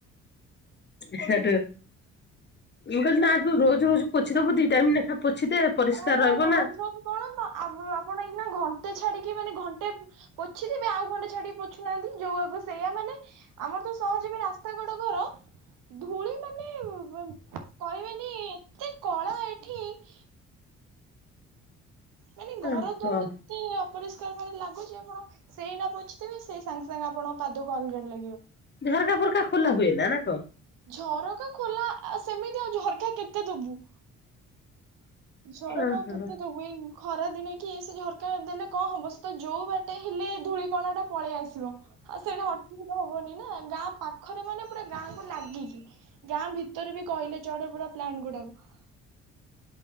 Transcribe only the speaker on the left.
ସେଠୁ ମୁଁ କହିଲି ନା ତୁ ରୋଜ ରୋଜ ପୋଛିଦବୁ ଦି ଟାଇମ୍ ଲେଖା ପୋଛି ଦେ ପରିଷ୍କାର
ରହିବ
ନା।
ଓହୋ
ଝରକା ଫରକା ଖୋଲା ହୁଏ ନା ନା କଣ?
ଓହୋ